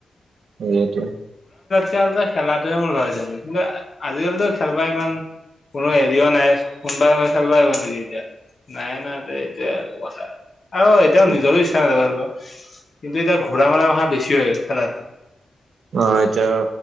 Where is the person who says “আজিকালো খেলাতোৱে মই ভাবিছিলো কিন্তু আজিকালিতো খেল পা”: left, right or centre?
Left